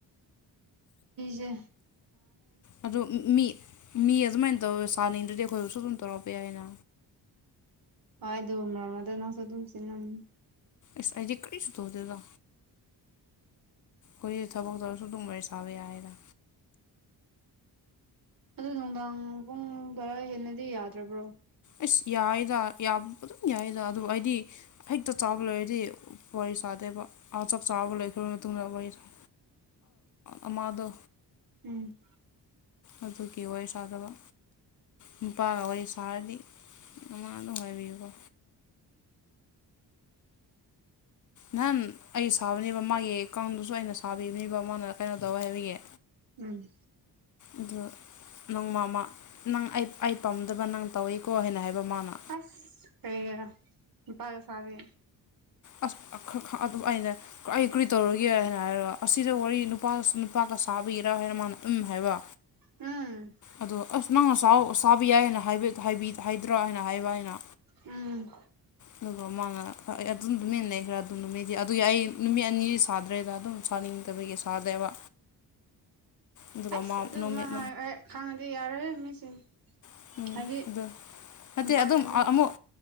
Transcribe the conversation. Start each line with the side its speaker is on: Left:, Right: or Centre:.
Right: ꯏꯖꯦ
Left: ꯑꯗꯨ ꯃꯤ ꯃꯤ ꯑꯗꯨꯃꯥꯏꯅ ꯇꯧꯋꯦ ꯁꯥꯅꯤꯡꯗ꯭ꯔꯗꯤ ꯑꯩꯈꯣꯏꯗꯁꯨ ꯑꯗꯨꯝ ꯇꯧꯔꯛꯄ ꯌꯥꯏꯅ
Right: ꯍꯣꯏ ꯑꯗꯨ ꯃꯔꯛ ꯃꯔꯛꯇ ꯅꯪꯁꯨ ꯑꯗꯨꯝ ꯆꯦꯟꯂꯝꯅꯤ
Left: ꯖꯤ ꯑꯩꯗꯤ ꯀꯔꯤꯁꯨ ꯇꯧꯗꯦꯗ ꯑꯩꯈꯣꯏ ꯊꯕꯛ ꯇꯧꯔꯁꯨ ꯑꯗꯨꯝ ꯋꯥꯔꯤ ꯁꯥꯕ ꯌꯥꯏꯌꯦꯗ
Right: ꯑꯗꯨ ꯅꯨꯡꯗꯥꯡ ꯄꯨꯡ ꯇꯔꯥ ꯍꯦꯟꯅꯗꯤ ꯌꯥꯗ꯭ꯔꯕ꯭ꯔꯣ
Left: ꯑꯁ ꯌꯥꯏꯗ ꯑꯗꯨꯝ ꯌꯥꯏꯗ ꯑꯗꯨ ꯑꯩꯗꯤ ꯍꯦꯛꯇ ꯆꯥꯕ ꯂꯩꯣꯏꯔꯗꯤ ꯋꯥꯔꯤ ꯁꯥꯗꯦꯕ ꯑꯥ ꯆꯥꯛ ꯆꯥꯕ ꯂꯣꯏꯈꯔꯕ ꯃꯇꯨꯡꯗ ꯋꯥꯔꯤ ꯁꯥꯕ ꯑꯥ ꯃꯗꯣ
Right: ꯎꯝ
Left: ꯑꯗꯨꯒꯤ ꯋꯥꯔꯤ ꯁꯥꯗꯕ ꯅꯨꯄꯥꯒ ꯋꯥꯔꯤ ꯁꯥꯔꯗꯤ ꯅꯨꯡꯉꯥꯢꯔꯤꯕꯣ ꯅꯍꯥꯟ ꯑꯩ ꯁꯥꯕꯅꯦꯕ ꯃꯥꯒꯤ ꯀꯥꯡꯗꯨꯁꯨ ꯑꯩꯅ ꯁꯥꯕꯤꯕꯅꯦꯕ ꯃꯥꯅ ꯀꯩꯅꯣ ꯇꯧꯋꯦ ꯍꯥꯏꯕꯒꯤ
Right: ꯎꯝ
Left: ꯑꯗꯨ ꯅꯪ ꯃꯥꯃꯥ ꯅꯪ ꯑꯩ ꯑꯩ ꯄꯥꯝꯗꯕ ꯅꯪ ꯇꯧꯋꯦꯀꯣ ꯍꯥꯏꯅ ꯍꯥꯏꯕ ꯃꯅꯥ
Right: ꯑꯁ ꯀꯔꯤꯒꯔ ꯅꯨꯄꯥꯒ ꯁꯗꯦ
Left: ꯑ ꯑꯗꯨꯝ ꯑꯩꯅ ꯑꯩ ꯀꯔꯤ ꯇꯧꯔꯒꯦ ꯑꯩꯅ ꯍꯥꯏꯕ ꯑꯁ ꯑꯁꯤꯗ ꯋꯥꯔꯤ ꯅꯨꯄꯥ ꯅꯨꯄꯥꯒ ꯁꯥꯕꯤꯒꯔꯥ ꯍꯥꯏꯅ ꯃꯥꯅ ꯎꯝ ꯍꯥꯏꯕ
Right: ꯎꯝ
Left: ꯑꯗꯣ ꯑꯁ ꯅꯪ ꯑꯁꯥꯎ ꯑꯁꯥꯕ ꯌꯥꯏ ꯍꯥꯏꯅ ꯍꯥꯏꯕꯤ ꯍꯥꯏꯕꯤ ꯍꯥꯏꯗ꯭ꯔꯥ ꯍꯥꯏꯅ ꯍꯥꯏꯕ ꯑꯩꯅ
Right: ꯎꯝ
Left: ꯑꯗꯨꯒ ꯃꯥꯅ ꯑꯩ ꯑꯗꯨꯝ ꯇꯃꯤꯟꯅ ꯂꯩꯈ꯭ꯔꯦ ꯑꯗꯨ ꯅꯨꯃꯤꯗꯤ ꯑꯗꯨꯒꯤ ꯑꯩ ꯅꯨꯃꯤꯠ ꯑꯅꯤ ꯁꯥꯗ꯭ꯔꯦꯗ ꯑꯗꯨꯝ ꯁꯥꯅꯤꯡꯗꯕꯒꯤ ꯁꯥꯗꯦꯕ ꯑꯗꯨꯒ
Right: ꯑꯁ
Left: ꯃꯥ
Right: ꯑꯗꯨꯒꯨꯝꯕ
Left: ꯅꯨꯃꯤꯠ
Right: ꯍꯥꯏꯔ ꯈꯥꯡꯉꯗꯤ ꯌꯥꯔꯦ ꯃꯤꯁꯤꯡ
Left: ꯎꯝ
Right: ꯍꯥꯎꯗꯤ
Left: ꯑꯗꯨ ꯅꯠꯇꯦ
Right: ꯅꯨꯄꯥ
Left: ꯑꯗꯨꯝ
Right: ꯌꯥꯝꯃꯤ
Left: ꯑꯃꯨꯛ